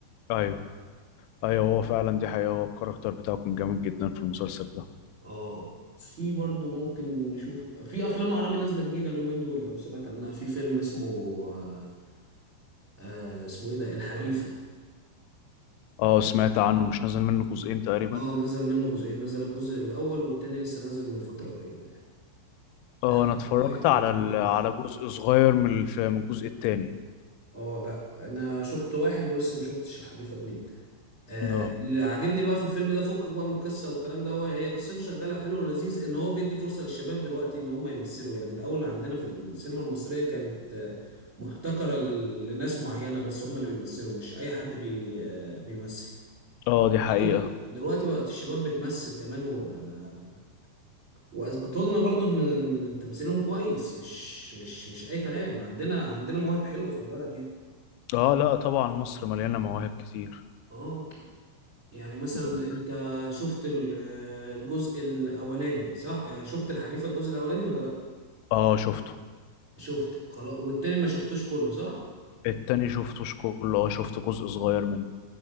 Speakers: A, on the left (about 85°); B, on the right (about 45°).
A: ايوه ايوه هو فعلا دي حقيقة هو الكاركتر بتاعه كان جامد جدا في المسلسل ده
B: اه في برضو ممكن نشوف في افلام عربي نازله جديده اليومين دول لو سمعت عنها في فيلم اسمه آه آه، اسمه ايه ده الحريفه
A: اه سمعت عنه مش نازل منه جزئين تقريبا
B: اه نزل منه جزئين نزل الجزء الاول والتاني لسه نازل من فتره قريبه يعني
A: اه
B: الحريفه
A: انا اتفرجت
B: واحد والحريفه
A: على ال...
B: اتنين
A: على جزء صغير من الف... من الجزء التاني
B: اه لا انا شفت واحد ولسه ما شفتش الحريفه اتنين آه
A: اه
B: اللي عاجبني بقى في الفيلم ده فكك بقى من القصه والكلام ده هو هي قصته شغاله حلو ولذيذ ان هو بيدي فرصه للشباب دلوقتي ان هم يمثلوا يعني الاول عندنا في السينما المصريه كانت آه، محتكره ل- لناس معينه بس هم اللي بيمثلوا مش اي حد بي آه بيمثل
A: اه دي
B: دلوقتي
A: حقيقة
B: بقى دلوقتي بقت الشباب بتمثل كمان و... آه، واثبتوا لنا برضو ان إن تمثيلهم كويس مش مش مش اي كلام عندنا عندنا مواهب حلوه في البلد يعني
A: اه لا طبعا مصر مليانة مواهب كتير
B: اه يعني مثلا
A: قول.
B: انت شفت ال- الجزء الاولاني صح آه، شفت الحريفه الجزء الاولاني ولا لا
A: اه شفته
B: شفته خلاص والتاني ما شفتوش كله صح
A: التاني شفتوش كله اه شفت جزء صغير منه